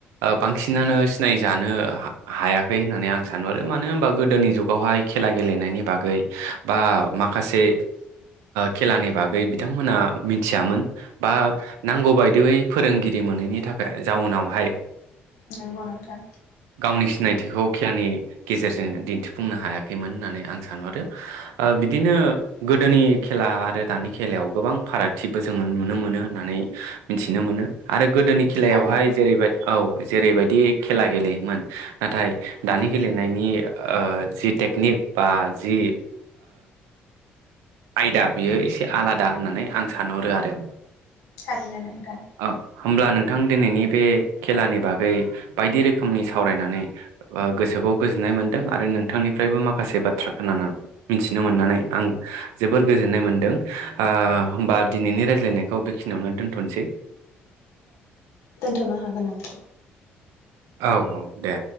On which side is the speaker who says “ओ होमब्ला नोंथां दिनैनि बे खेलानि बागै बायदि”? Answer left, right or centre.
Right